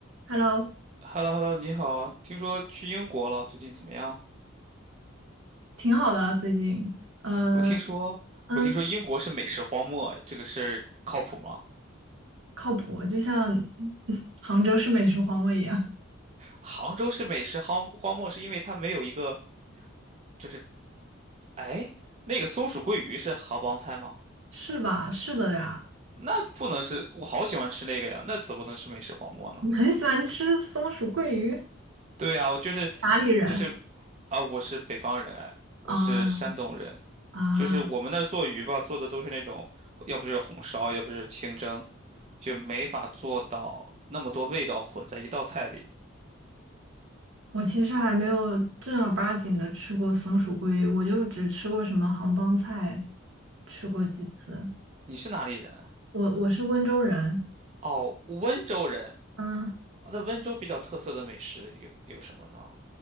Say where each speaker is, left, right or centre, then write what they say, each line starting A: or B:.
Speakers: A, on the right; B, on the right.
A: Hello，
B: h e l l o h e l l o 你好啊！听说去英国了，最近怎么样？
A: 挺好的啊，最近，呃，
B: 我听说，
A: 嗯，
B: 我听说英国是美食荒漠，这个事儿靠谱吗？
A: 靠谱，就像 <laughs> 杭州是美食荒漠一样，
B: 杭州是美食荒荒漠，是因为它没有一个，就是，哎，那个松鼠桂鱼是杭帮菜吗？
A: 是吧？是的呀，
B: 那不能是，我好喜欢吃那个呀，那怎么能是美食荒漠呢？
A: 你很喜欢吃松鼠桂鱼，
B: 对呀，我就是，
A: 哪里人？
B: 就是啊，我是北方人，哎我是山东人，
A: 啊啊，
B: 就是我们那儿做鱼吧，做的都是那种，要不就是红烧，要不就是清蒸。就没法做到那么多味道混在一道菜里。
A: 我其实还没有正儿八经的吃过松鼠桂鱼，我就只吃过什么杭帮菜，吃过几次。
B: 你是哪里人啊
A: 我我是温州人，
B: 哦，温州人。
A: 嗯，
B: 哦那温州比较特色的美食有有什么呢？